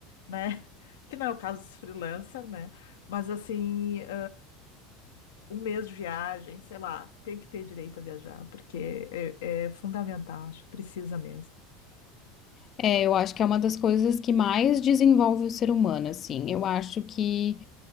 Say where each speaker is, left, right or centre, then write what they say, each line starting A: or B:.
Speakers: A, on the left; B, on the left.
A: né? <laughs> Que não é o caso dos freelancers, né? Mas assim, eh, um mês de viagem, sei lá, tem que ter direito a viajar, porque é, é fundamental, acho que precisa mesmo.
B: É, eu acho que é uma das coisas que mais desenvolve o ser humano, assim. Eu acho que,